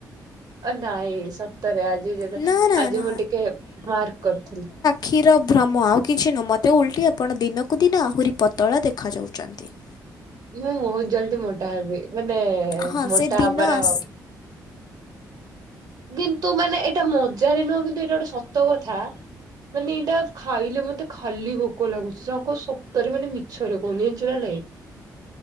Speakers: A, on the right; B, on the left.
A: ଆ ନାଇଁ ସତରେ ଆଜି ଯେରେ
B: ନା ନା
A: ଆଜି
B: ନା
A: ମୁଁ ଟିକେ ମାର୍କ କରୁଥିଲି।
B: କ୍ଷୀର ଭ୍ରମ ଆଉ କିଛି ନ ମୋତେ ଉଲ୍ଟି ଆପଣ ଦିନକୁ ଦିନ ଆହୁରି ପତଳା ଦେଖାଯାଉଚନ୍ତି। <inaudible>
A: ମୁଁ ବହୁତ ଜଲଦି ମୋଟା ହେବି ମାନେ
B: ହଁ
A: ମୋଟା
B: ସେ ଦିନ
A: ହବାର
B: ଆସ
A: ଗିନ୍ତୁ ମାନେ ଏଇଟା ମଜାରେ ନୁହଁ କିନ୍ତୁ ଏଇଟା ଗୋଟେ ସତ କଥା। ମାନେ ଏଇଟା ଖାଇଲେ ମତେ ଖାଲି ଭୋକ ଲାଗୁଛି ସକ ସତରେ ମାନେ ମି ଛରେ କନଇଚୁ ନା ନାଇଁ।